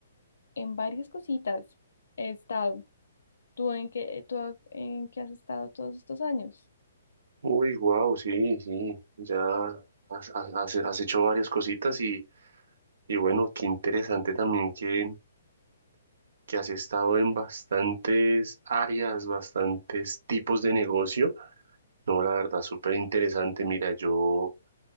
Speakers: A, on the left (about 80°); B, on the right (about 70°).
A: en varias cositas he estado. ¿Tú en qué, tú a- en qué has estado todos estos años?
B: Uy, wow, sí, sí, ya has, has- has- has hecho varias cositas y, y bueno, qué interesante también que, que has estado en bastantes áreas, bastantes tipos de negocio. No, la verdad, súper interesante. Mira, yo